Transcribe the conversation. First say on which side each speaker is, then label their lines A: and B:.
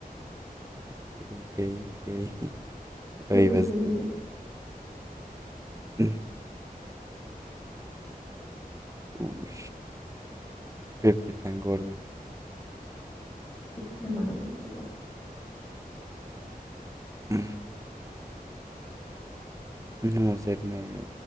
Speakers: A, on the right (about 20°); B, on the left (about 20°).
A: Ok, ok. <laughs>
B: ¿Tú
A: Ahí
B: qué
A: vas
B: prefieres?
A: tú. <laughs> Uy, pero qué tan gordo.
B: Extremadamente gorda.
A: <clears throat> No, ser negro,